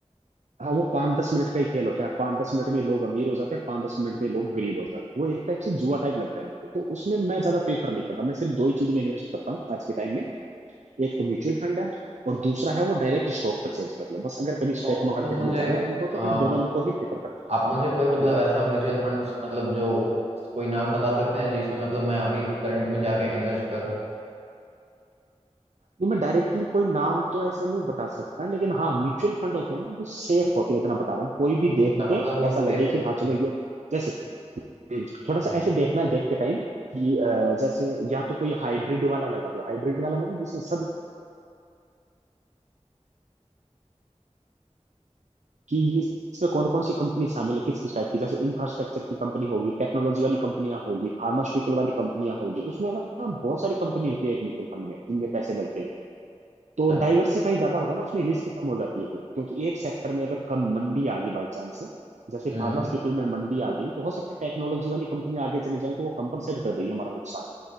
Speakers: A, on the right; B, on the right.
A: हाँ वो पाँच दस मिनट का ही खेल होता है पाँच दस मिनट में लोग अमीर हो जाते हैं पाँच दस मिनट में लोग गरीब हो जाते हैं वो एक टाइप से जुआ टाइप लगता है मेरे को तो उसमें मैं ज्यादा प्रीफर नहीं करता मैं सिर्फ दो ही चीज में इन्वेस्ट करता हूँ आज के टाइम में एक तो म्यूचुअल फंड है और दूसरा है वो डायरेक्ट स्टॉक परचेज कर लो बस अगर कभी
B: तो
A: स्टॉक मार्केट
B: तुम मुझे
A: में जाना है हमको
B: आ,
A: तो इन दोनों में को ही प्रीफर करना
B: आप मुझे कोई मतलब
A: है हम्म।
B: ऐसा म्यूचुअल फंड्स मतलब जो कोई नाम बता सकते हैं जिसमें मतलब मैं अभी करंट में जाके इन्वेस्ट करूं
A: तो मैं डायरेक्टली कोई नाम तो ऐसे नहीं बता सकता लेकिन हाँ म्यूचुअल फंड होते हैं ना वो सेफ होते हैं इतना बता रहा हूँ कोई भी देख
B: अच्छा
A: के
B: मतलब वो
A: ऐसा
B: सेफ
A: लगे
B: होते
A: कि हाँ चलो
B: हैं
A: ये जैसे हम्म, थोड़ा सा
B: हम्म,
A: ऐसे देखना है देखते टाइम कि अ, जैसे या तो कोई हाइब्रिड वाला लगा दो हाइब्रिड वाला मतलब जिसमें सब कि इसमें कौन कौन सी कंपनी शामिल है किस किस टाइप की जैसे इंफ्रास्ट्रक्चर की कंपनी होगी टेक्नोलॉजी वाली कंपनियां होगी फार्मास्यूटिकल वाली कंपनियां होगी उसमें ना बहुत सारी कंपनी होती है एक म्यूचुअल फंड में जिनमें पैसे लगते हैं
B: अच्छा
A: तो डाइवर्सिफाई ज्यादा होता है ना उसमें रिस्क कम हो जाती है फिर क्योंकि एक सेक्टर में अगर कम मंदी आ गई बाई चांस से जैसे
B: हम्म
A: फार्मास्यूटिकल में मंदी आ गई तो हो सकता है टेक्नोलॉजी वाली कंपनी आगे चली जाए तो वो कंपनसेट कर देगी हमारा नुकसान